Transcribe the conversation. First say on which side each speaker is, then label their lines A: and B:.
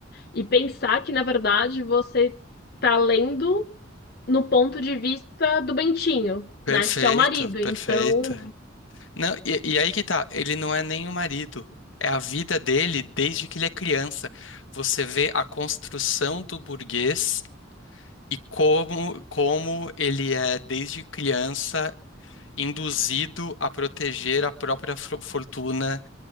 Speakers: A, on the left (about 50°); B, on the left (about 80°).
A: E pensar que, na verdade, você tá lendo no ponto de vista do Bentinho,
B: Perfeito,
A: né? Que é o marido. Então.
B: perfeito. Não, e, e aí que tá, ele não é nem o marido, é a vida dele desde que ele é criança. Você vê a construção do burguês e como, como ele é, desde criança, induzido a proteger a própria fro- fortuna